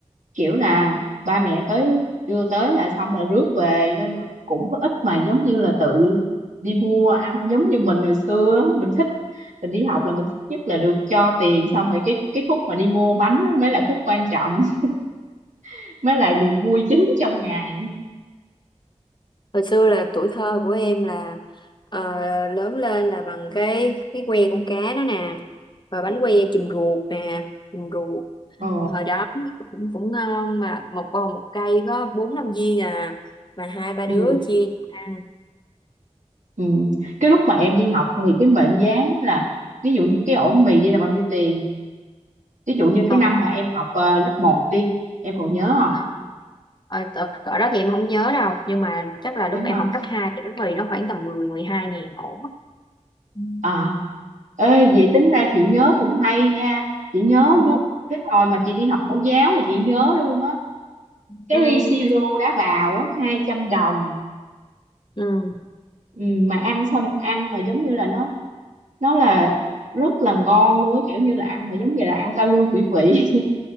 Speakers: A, on the right; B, on the left.
A: kiểu là ba mẹ tới đưa tới là xong là rước về nên là cũng có ít mà giống như là tự đi mua ăn giống như mình hồi xưa á. mình thích mình đi học là mình thích nhất là được cho tiền xong rồi cái cái khúc mà đi mua bánh đó mới là khúc quan trọng <laughs> mới là niềm vui chính trong ngày
B: hồi xưa là tuổi thơ của em là ờ, lớn lên là bằng cái cái que con cá đó nè rồi bánh que chìm ruột nè chìm ruột
A: ờ
B: hồi đó cũng cũng ngon mà một vòng một cây có bốn năm viên à mà hai ba
A: ừ
B: đứa chia nhau ăn
A: ừ cái lúc mà em đi học thì cái mệnh giá đó là ví dụ như cái ổ mì đi là bao nhiêu tiền ví dụ như cái
B: ờ
A: năm mà em học ờ, lớp một đi em còn nhớ không
B: ờ, ờ, cỡ cỡ đó thì em không nhớ đâu nhưng mà chắc là
A: nhớ
B: lúc em
A: không
B: học cấp 2 thì bánh mì nó khoảng tầm mười mười hai ngàn ổ ừ.
A: ờ Ê, vậy tính ra chị nhớ cũng hay nha. Chị nhớ
B: <laughs>
A: luôn cái hồi mà chị đi học mẫu giáo thì chị nhớ luôn á. Cái
B: Ừ.
A: ly siro đá bào á hai trăm đồng
B: Ừ.
A: ừ, mà ăn xong ăn mà giống như là nó nó là rất là ngon luôn á, kiểu như là ăn mà giống như là ăn cao lương mỹ vị. <laughs>